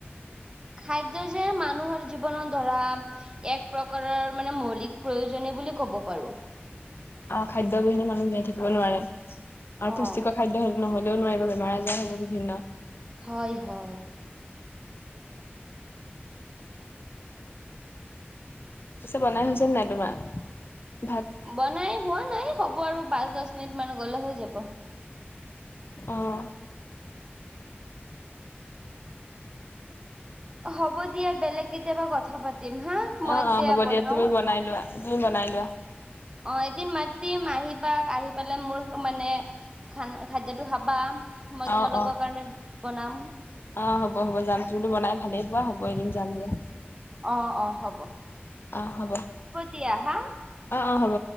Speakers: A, on the right; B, on the left.
A: খাদ্য যে মানুহৰ জীৱনত ধৰা এক প্ৰকাৰৰ মানে মৌলিক প্ৰয়োজনে বুলি ক'ব পাৰোঁ।
B: অ', খাদ্যৰ অবিহনে মানুহ জীয়াই থাকিব নোৱাৰে আৰু
A: অ',
B: পুষ্টিকৰ খাদ্য নহ'লেও নোৱাৰিব, বেমাৰ - আজাৰ হ'ব বিভিন্ন।
A: হয় হয়।
B: পিছে বনাই হৈছে নাই তোমাৰ ভাত?
A: বনাই হোৱা নাই হব আৰু পাঁচ, দছ মিনিটমান গলে হৈ যাব।
B: অ'।
A: অ হ'ব দিয়া বেলেগ কেতিয়াবা কথা পাতিম হা। মই
B: অ',
A: এতিয়া
B: অ', হ'ব
A: বনাও।
B: দিয়া তুমি বনাই লোৱা তুমি বনাই লোৱা।
A: অ', এদিন মাতিম আহিবা, আহি পেলাই মোৰ মানে খান খাদ্যটো খাবা। মই
B: অ
A: তোমালোকৰ
B: অ
A: কাৰণে বনাম।
B: অ', হ'ব হ'ব যাম তুমিটো বনাই ভালেই পোৱা হ'ব এদিম যাম দিয়া।
A: অ', অ', হ'ব।
B: অ' হ'ব,
A: দিয়া হা।
B: অ' অ' হ'ব।